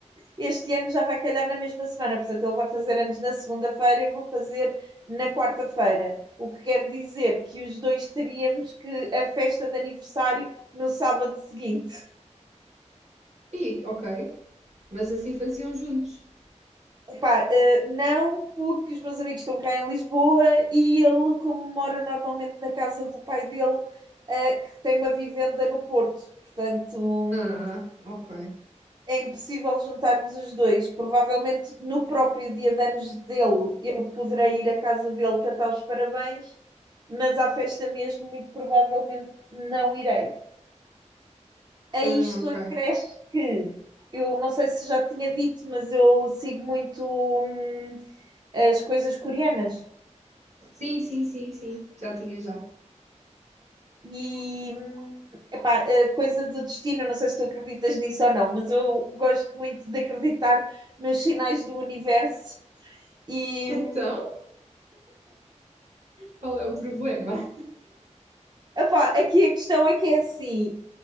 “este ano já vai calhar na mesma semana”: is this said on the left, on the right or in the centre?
Right